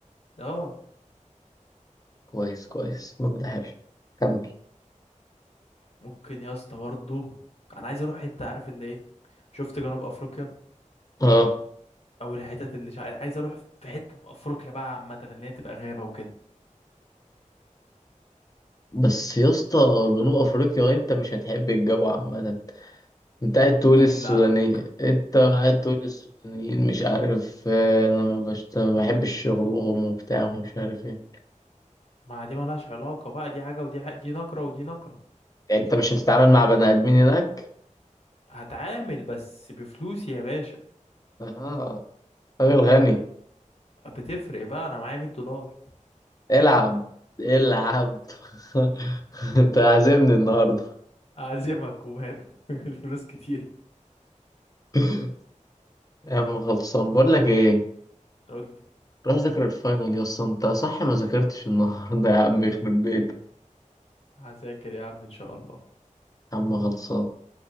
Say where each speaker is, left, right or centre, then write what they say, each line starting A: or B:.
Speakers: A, on the left; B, on the left.
A: اه
B: كويس كويس مبدأ حلو كمل
A: ممكن يا اسطى برضه انا عايز اروح حته عارف اللي ايه شفت جنوب افريقيا
B: اه
A: او الحتت اللي شع... عايز اروح في حته في افريقيا بقى عامه اللي هي تبقى غابه وكده
B: بس يا اسطى جنوب افريقيا انت مش هتحب الجو عامة انت قاعد تقول
A: ده
B: السوداني
A: مين اللي قال
B: انت قاعد تقول السودانيين مش عارف آه، انا ما بشت- ما بحبش شغلهم وبتاع ومش عارف ايه
A: ما دي مالهاش علاقه بقى دي حاجه ودي حاجة دي نقره ودي نقره
B: انت مش هتتعامل مع بني ادمين هناك
A: هتعامل بس بفلوسي يا باشا
B: اه راجل غني
A: بتفرق بقى انا معايا 100 دولار
B: العب
A: <laughs>
B: العب <laughs> انت عازمني النهارده
A: أعزمك وماله <laughs> الفلوس كتير
B: <laughs> يا عم خلصان بقول لك ايه
A: قول لي
B: روح ذاكر الفاينل يا اسطى انت صح ما ذاكرتش النهارده يا عم يخرب بيتك
A: هذاكر يا عم إن شاء الله
B: يا عم خلصان